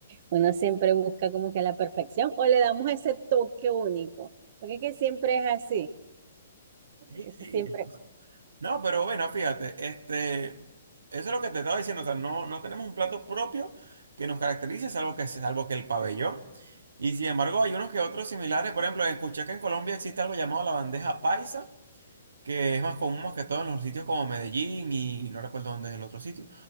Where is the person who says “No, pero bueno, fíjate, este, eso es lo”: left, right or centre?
Right